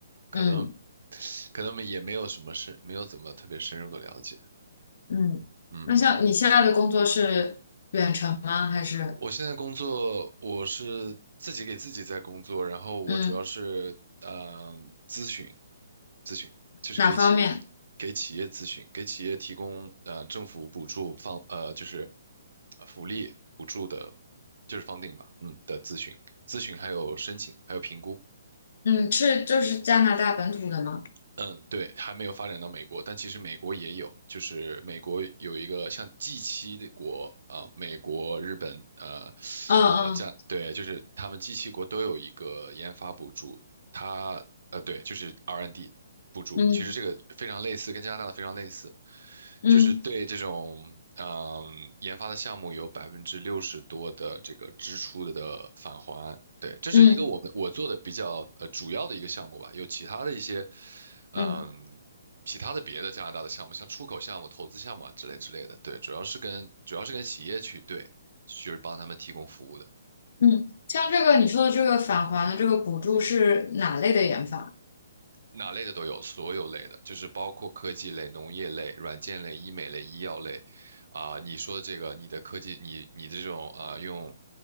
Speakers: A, on the right (about 65°); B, on the left (about 55°).
A: 可能
B: 嗯
A: 可能也没有什么深，没有怎么特别深入的了解。
B: 嗯，
A: 嗯，
B: 那像你现在的工作是远程吗？还是
A: 我现在工作，我是自己给自己在工作，然后我主要是呃咨询，
B: 嗯
A: 咨询就是给企业给企业咨询，
B: 哪方面？
A: 给企业提供呃政府补助方呃就是呃福利补助的，就是 f u 吧，嗯的咨询，咨询还有申请还有评估。
B: 嗯，是就是加拿大本土的吗？
A: 嗯，对，还没有发展到美国，但其实美国也有，就是美国有一个像 g 七的国，啊，美国、日本，呃，
B: 嗯嗯
A: 呃，这样，对，就是他们 g 七国都有一个研发补助，它，呃，对，就是 R&D N 补助，
B: 嗯
A: 其实这个非常类似，跟加拿大的非常类似，
B: 嗯
A: 就是对这种，嗯、研发的项目有百分之六十多的这个支出的返还。对，这是一个我们我做的比较呃主要的一个项目吧，
B: 嗯
A: 有其他的一些嗯，
B: 嗯
A: 其他的别的加拿大的项目，像出口项目、投资项目啊之类之类的，对，主要是跟主要是跟企业去对，就是帮他们提供服务的。
B: 嗯，像这个你说的这个返还的这个补助是哪类的研发？
A: 哪类的都有，所有类的，就是包括科技类、农业类、软件类、医美类、医药类，啊、你说的这个，你的科技，你你的这种呃，用，